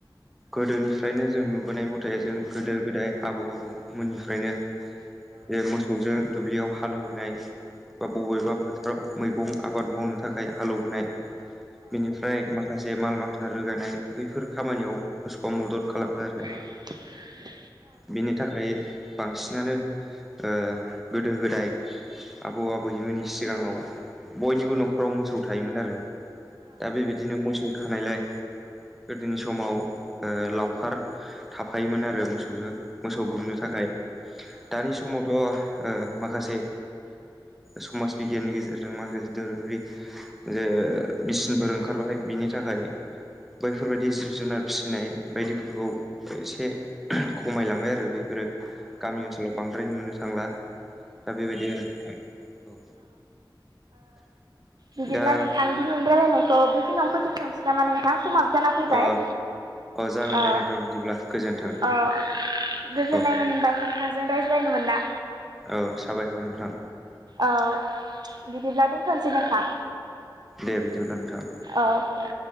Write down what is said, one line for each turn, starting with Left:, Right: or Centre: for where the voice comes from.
Centre: गोदोनिफ्रायनो जों नु लाबोनाय मथे जों गोदो गोदाय आबौ आबौमोननिफ्रायनो जे मोसौजों दुब्लियाव हालौबोनाय बा बबेबा फोथाराव मैगं आबाद मावनो थाखाय हालौवबोनाय बेनिफ्राय माखासे माल माथा रोगानाय बैफोर खामानियाव गोसबआ मदद खालामो आरो।
Right: <inaudible>
Centre: बिनि थाखाय बांसिनानो ओ गोदो गोदाय आबौ आबैमोननि सिगाङाव बयनिबो न'खराव मोसौ थायोमोन आरो दा बेबायदिनो मोसौ थानायलाय गोदोनि समाव लावखार थाफायोमोन आरो मोसौजों मोसौ गुमनो थाखाय दानि समावथ' ओ माखासे समाज बिगियाननि गेजेरजों माखासे दोरोङारि जे मेचिनफोर ओंखारबाय बिनि थाखाय बैफोरबायदि जिब जुनार फिसिनाय बायदिफोरखौ एसे खमायलांबाय आरो बेफोरो गामि ओनसोलाव बांद्राय नुनो थांला दा बेबायदि आरो औ।
Right: बिदिब्ला
Centre: दा
Right: नोंथां दिनैनि रायलायनायखौ बेखिनियावनो फोजोबसनसै नामा नोंथां समाबो जाना फैबाय।
Centre: अ जागोन
Right: अ
Centre: दे नोंथां बिदिब्ला गोजोन्थों
Right: अ गोजोननाय
Centre: औ
Right: मोनबाय नोंथां। जों रायज्लायनो मोनना
Centre: औ साबायखर नोंथां
Right: औ बिदिब्ला दोनथ'सै नोंथां
Centre: दे बिदिब्ला नोंथां।
Right: औ दे।